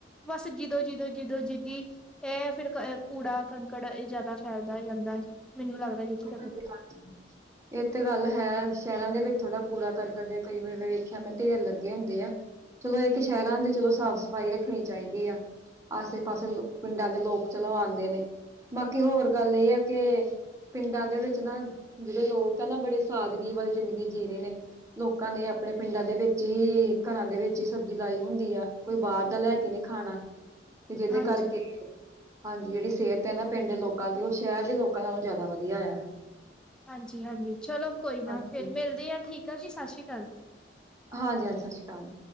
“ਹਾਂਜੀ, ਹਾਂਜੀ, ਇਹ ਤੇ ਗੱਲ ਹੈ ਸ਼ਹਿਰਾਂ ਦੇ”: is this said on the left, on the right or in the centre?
Right